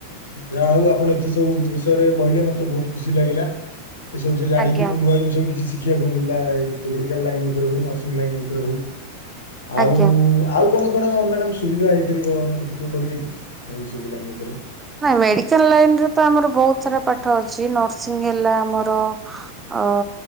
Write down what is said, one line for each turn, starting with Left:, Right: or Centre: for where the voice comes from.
Left: ଯାହା ହଉ ଆପଣ ଏତେ ସବୁ ବିଷୟରେ କହିଲେ, ମତେ ବହୁତ ଖୁସି ଲାଗିଲା। ଏ ସବୁ ବିଷୟ ଜାଣିକି
Right: ଆଜ୍ଞା
Left: ମୁଁ ନୂଆ ଜିନିଷ ବି କିଛି ଶିଖିବାକୁ ମିଳିଲା ମେଡିକାଲ ଲାଇନ୍ ଉପରେ ହଉ ନର୍ସିଂ ଲାଇନ୍ ଉପରେ ହଉ ଆଉ,
Right: ଆଜ୍ଞା।
Left: ଆଉ କଣ କଣ ମ୍ୟାଡମ୍ ଅ ସୁବିଧା ହେଇପାରିବ ମୋତେ ଟିକଏ କହିବେ କି ଏହିଇସବୁ ଲାଇନ୍ ଉପରେ?
Right: ନାଇଁ ମେଡିକାଲ ଲାଇନ୍ ରେ ତ ଆମର ବୋହୁତ୍ ସାରା ପାଠ ଅଛି, ନର୍ସିଂ ହେଲା ଆମର ଅ